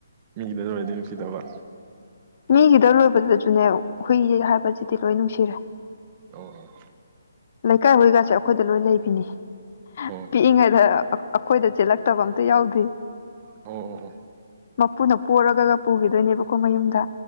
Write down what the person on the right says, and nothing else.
ꯅꯤꯡꯡꯈꯤꯗꯔꯣꯏꯗꯤ ꯅꯨꯡꯁꯤꯗꯕ
ꯑꯣ
ꯑꯣ
ꯑꯣ ꯑꯣ ꯑꯣ